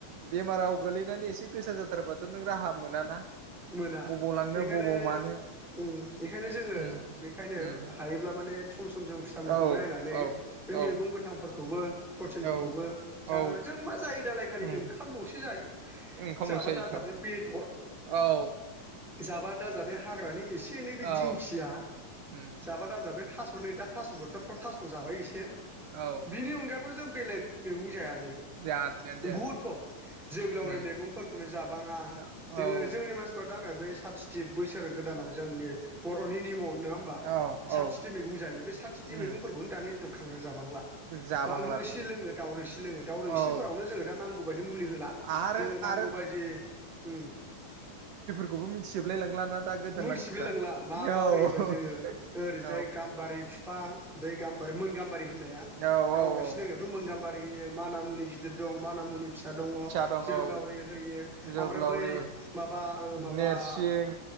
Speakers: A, on the right (about 85°); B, in the centre.
A: बेमाराव गोल्लैनानै एसे गोसा जाथारबाथ' नों राहा मोनाना
B: मोना
A: बबाव लांनो
B: बेखायनो
A: बबाव मानो
B: उम बेखायनो जोङो
A: उम
B: बेखायनो
A: उम
B: हायोब्ला माने सम सम जों भिटामिनखौबो
A: औ
B: नायनानै
A: औ
B: बे
A: औ
B: मैगं गोथांफोरखौबो प्रटिनफोरखौबो
A: औ
B: जादों
A: औ
B: जों मा जायो दालाय खालि
A: उम
B: ओंखामल'सो जायो
A: ओंखामल'सै
B: जाबा दा
A: इथ'
B: जाबाय बेदर
A: औ
B: जाबा दाजा बे हाग्रानि एसे एनै बे
A: औ
B: दिंखिया
A: उम
B: जाबा दाजाब बे थास'नि दा थास' बोथोरनि थास' जाबाय इसे
A: औ
B: बिनि अनगाथ'जों बेलेग मैगं जायालै
A: जानायानो जायाथ'
B: बुहुद खम जोगोलावरि
A: उम
B: मैगंफोरखौनो जाबाङा
A: औ औ
B: जोङो जोंनि मानसि जानाय बै साथिथि बोसोर गोदानाव जोंनि बर'नि निमाव नङा होमबा।
A: औ
B: साथिथि
A: औ
B: मैगं जायो बे साथिथि
A: उम
B: मैगंफोरखौनो दानि दिनाव खांना जाबांला
A: जाबांलाथ'
B: बानलु रोसि लोङो दाउरोसि लोङो दाउ रोसिफोरावनो
A: औ
B: जोङो दा नांगौ बा मुलि होला
A: आरो
B: जोङो नांगौ
A: आरो
B: बायदि ओ
A: खौबो मिन्थिजोबलाय लांलाना। दा गोदान
B: मोनथिब्लायलांला
A: मानसिफ्रा
B: मा मा
A: औ
B: होयोमोन जोङो ओरैजाय
A: औ
B: गाम्बारि बिफां दै गाम्बा मोन गाम्बा रि होननाया
A: औ
B: दावउरिसि
A: औ
B: लोंनायावथ' मोनगाम्बारि होयो माना मुनि गिदिर दं माना मुनि फिसा दङ।
A: दं
B: जोग्लावरि
A: औ
B: होयो
A: जोब्लावरि
B: ओमफ्राय बै माबा ओ माबा
A: नेरसिं
B: ओम